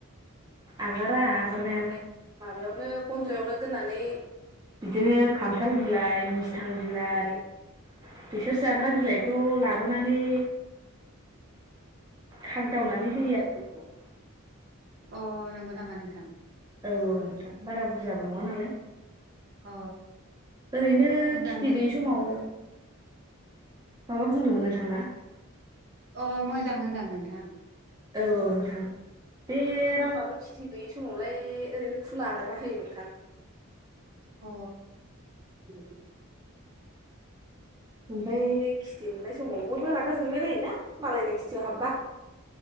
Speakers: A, on the right (about 20°); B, on the right (about 50°).
A: आगारा आगारनायालाय माबायावनो ग'न्द्रायावनो दोननानै बिदिनो खान्थाल बिलाइ, मिस्थां बिलाइ, बिसोर जाग्रा बिलाइखौ लाबोनानै खागदावनानै होयो आरो गोजौआव
B: अ नंगौ नामा? नोंथां।
A: औ औ नोंथां बारा बुरजाबो नङा नालाय।
B: अ।
A: ओरैनो
B: मोजां
A: खेथि
B: दे
A: गैयि समाव माबा बुंदोंमोन नोंथाङा?
B: अ मोजां होनदों आं नोंथां।
A: औ औ नोंथां। बे रावनाबो खेथि गैयि समावलाय ओरैनो खुला आगारना होयो नोंथां।
B: अ <unintelligible>
A: ओमफ्राय खिथि मोननाय समावबो रागा जोंलायलायोना मालायनि खिथियाव हाबबा